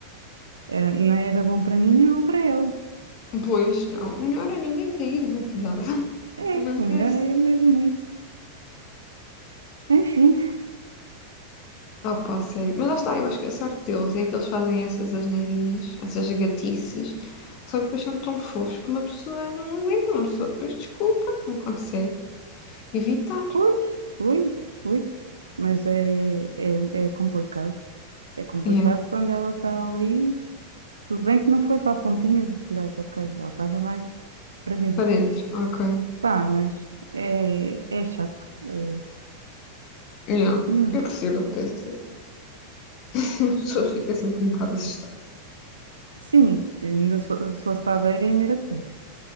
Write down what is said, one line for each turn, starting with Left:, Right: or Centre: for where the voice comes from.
Right: era- não era bom para mim nem bom para ele.
Left: Pois, não. Melhor a ninguém cair do telhado. <laughs>
Right: É,
Left: Manter-se.
Right: o melhor é mesmo isso. Enfim,
Left: Ah, pá, sério. Mas lá está, eu acho que a sorte deles é que eles fazem essas asneirinhas, essas gatices, só que depois são tão fofos que uma pessoa não aguenta, uma pessoa depois desculpa, não consegue evitar.
Right: pois, pois, pois. Mas é, é, é complicado. É complicado
Left: Yeah,
Right: quando ela está ali. Tudo bem que não foi para a pontinha de virada, ok. Ela estava mais presente.
Left: para dentro, ok.
Right: Pá, mas é, é chato. É,
Left: Yeah,
Right: não.
Left: eu percebo o que queres dizer. <laughs> A pessoa fica sempre um bocado assustada.
Right: Sim, ainda se fo- se fosse para a beira, ainda era pior.